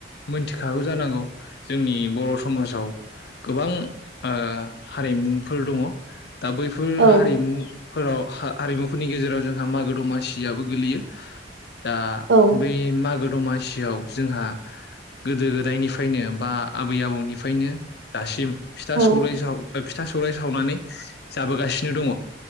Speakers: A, on the left; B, on the right.
A: मोनथिखागौ जानांगौ जोंनि बर' समाजाव गोबां ओ हारिमुफोर दङ दा बैफोर
B: औ
A: हारिमुफोराव ह हारिमुफोरनि गेजेराव जोंहा मागो दमासियाबो गोलैयो दा
B: औ
A: बै मागो दमासियाव। जोंहा गोदो गोदायनिफ्रायनो बा आबै आबौनिफ्रायनो दासिम फिथा
B: औ
A: सौराय साव फिथा सौराय सावनानै जाबोगासिनो दङ